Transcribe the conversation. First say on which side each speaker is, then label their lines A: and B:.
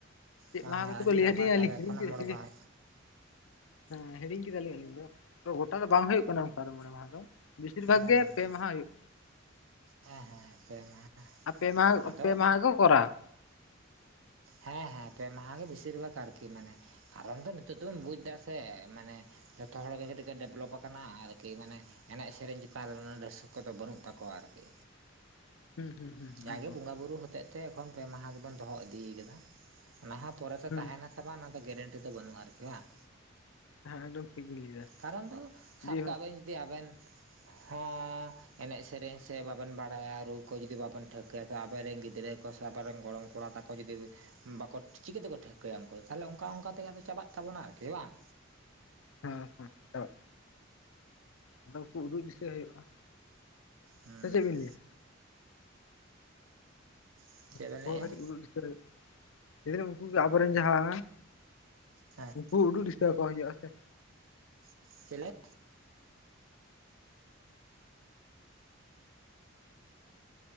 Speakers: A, on the left (about 85°); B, on the right (about 80°).
A: ᱪᱮᱫ
B: ᱦᱮᱸ
A: ᱢᱟᱦᱟ ᱠᱚᱪᱚ
B: ᱟᱹᱰᱤ
A: ᱠᱚ ᱞᱟᱹᱭ
B: ᱱᱟᱯᱟᱭ
A: ᱟᱫᱤᱧᱟ
B: ᱛᱟᱦᱚᱞᱮ
A: ᱟᱨ ᱞᱤᱧ ᱦᱤᱲᱤᱧ
B: ᱮᱠᱷᱚᱱᱳ
A: ᱠᱮᱫᱟ
B: ᱢᱚᱬᱮ
A: ᱱᱤᱛ ᱛᱮᱜᱮ
B: ᱢᱟᱦᱟ
A: ᱦᱮᱸ ᱦᱤᱲᱤᱧ ᱠᱮᱫᱟ ᱞᱤᱧ ᱟᱹᱞᱤᱧ ᱫᱚ ᱛᱚ ᱜᱚᱴᱟ ᱫᱚ ᱵᱟᱝ ᱦᱩᱭᱩᱜ ᱠᱟᱱᱟ ᱚᱱᱠᱟ ᱫᱚ ᱢᱚᱬᱮ ᱢᱟᱦᱟ ᱫᱚ ᱵᱮᱥᱤᱨ ᱵᱷᱟᱜᱽ
B: ᱵᱟᱝ
A: ᱜᱮ ᱯᱮ
B: ᱵᱟᱝ
A: ᱢᱟᱦᱟ ᱦᱩᱭᱩᱜ
B: ᱦᱮᱸ ᱦᱮᱸ ᱯᱮ ᱢᱟᱦᱟ
A: ᱟᱨ ᱯᱮ ᱢᱟᱦᱟ
B: ᱟᱫᱚ
A: ᱯᱮ ᱢᱟᱦᱟ ᱠᱚ ᱠᱚᱨᱟᱣᱟ
B: ᱦᱮᱸ ᱦᱮᱸ ᱯᱮ ᱢᱟᱦᱟ ᱜᱮ ᱵᱮᱥᱤᱨ ᱵᱷᱟᱜᱽ ᱟᱨᱠᱤ ᱢᱟᱱᱮ ᱠᱟᱨᱚᱱ ᱫᱚ ᱱᱤᱛᱚᱜ ᱫᱚ ᱵᱚᱱ ᱵᱩᱡᱽ ᱮᱫᱟ ᱥᱮ ᱢᱟᱱᱮ ᱡᱚᱛᱚ ᱦᱚᱲ ᱜᱮ ᱠᱟᱹᱴᱤᱡ ᱰᱮᱵᱷᱞᱚᱯ ᱟᱠᱟᱱᱟ ᱟᱨᱠᱤ ᱢᱟᱱᱮ ᱮᱱᱮᱡ ᱥᱮᱨᱮᱧ ᱪᱮᱛᱟᱱ ᱨᱮ ᱩᱱᱟᱹᱜ ᱨᱟᱹᱥᱠᱟᱹ ᱫᱚ ᱵᱟᱹᱱᱩᱜ ᱛᱟᱠᱚᱣᱟ ᱟᱨᱠᱤ
A: <unintelligible> ᱦᱩᱸ ᱦᱩᱸ
B: ᱡᱟᱜᱮ
A: ᱮᱠᱫᱚᱢ
B: ᱵᱚᱸᱜᱟ ᱵᱩᱨᱩ ᱦᱚᱛᱮᱡ ᱛᱮ ᱮᱠᱷᱚᱱ ᱯᱮ ᱢᱟᱦᱟ ᱜᱮᱵᱚᱱ ᱫᱚᱦᱚ ᱤᱫᱤᱭ ᱟᱠᱟᱫᱟ ᱚᱱᱟ ᱦᱚᱸ ᱯᱚᱨᱮ ᱛᱮ
A: ᱦᱩᱸ
B: ᱛᱟᱦᱮᱱᱟ ᱥᱮ ᱵᱟᱝ ᱚᱱᱟ ᱫᱚ ᱜᱮᱨᱮᱱᱴᱤ ᱫᱚ ᱵᱟᱹᱱᱩᱜ-ᱟ ᱟᱨᱠᱤ ᱵᱟᱝ
A: ᱦᱮᱸ ᱮᱠᱫᱚᱢ ᱴᱷᱤᱠ ᱵᱤᱱ ᱞᱟᱹᱭᱫᱟ
B: ᱠᱟᱨᱚᱱ ᱫᱚ ᱥᱟᱵ
A: ᱡᱮ ᱦᱮᱸ
B: ᱠᱟᱜ ᱵᱮᱱ ᱡᱩᱫᱤ ᱟᱵᱮᱱ ᱦᱚᱸ ᱮᱱᱮᱡ ᱥᱮᱨᱮᱧ ᱥᱮ ᱵᱟᱵᱮᱱ ᱵᱟᱲᱟᱭᱟ ᱨᱩ ᱠᱚ ᱡᱩᱫᱤ ᱵᱟᱵᱮᱱ ᱴᱷᱟᱹᱣᱠᱟᱹ ᱭᱟ ᱛᱚ ᱟᱵᱮ ᱨᱮᱱ ᱜᱤᱫᱽᱨᱟᱹ ᱠᱚ ᱥᱮ ᱟᱯᱮ ᱨᱮᱱ ᱜᱚᱲᱚᱢ ᱠᱚᱼᱼ ᱲᱟ ᱛᱟᱠᱚ ᱡᱩᱫᱤ ᱵᱟᱠᱚ ᱴᱷᱤ ᱪᱤᱠᱟᱹ ᱛᱮᱠᱚ ᱴᱷᱟᱹᱣᱠᱟᱹ ᱭᱟ ᱩᱱᱠᱩ ᱛᱟᱦᱚᱞᱮ ᱚᱱᱠᱟ ᱚᱱᱠᱟ ᱛᱮᱜᱮ ᱟᱫᱚ ᱪᱟᱵᱟᱜ ᱛᱟᱵᱚᱱᱟ ᱟᱨ ᱠᱤ ᱵᱟᱝ᱾
A: ᱦᱮᱸ ᱛᱚ ᱪᱟᱵᱟᱜ, ᱟᱫᱚ ᱩᱱᱠᱩ ᱩᱫᱩᱜ ᱫᱤᱥᱟᱹ ᱦᱩᱭᱩᱜ-ᱟ᱾
B: ᱦᱩᱸ
A: ᱥᱮ ᱪᱮᱜ ᱵᱤᱱ ᱞᱟᱹᱭᱟ?
B: ᱪᱮᱫ
A: ᱩᱱᱠᱩ
B: ᱵᱮᱱ ᱞᱟᱹᱭᱮᱜᱼᱟ
A: ᱦᱚᱸ ᱠᱟᱹᱴᱤᱡ ᱤᱫᱤᱜ ᱫᱤᱥᱟᱹ ᱦᱩᱭᱩᱜ-ᱟ ᱡᱮ ᱦᱮᱛᱩ ᱩᱱᱠᱩ ᱜᱮ ᱟᱵᱩ ᱨᱮᱱ ᱡᱟᱦᱟᱸᱼᱼ
B: ᱦᱮᱸ
A: ᱩᱱᱠᱩ ᱩᱫᱩᱜ ᱫᱤᱥᱟᱹ ᱟᱠᱚ ᱦᱩᱭᱩᱜ-ᱟ ᱥᱮᱼᱼ
B: ᱪᱮᱞᱮᱜᱼᱼ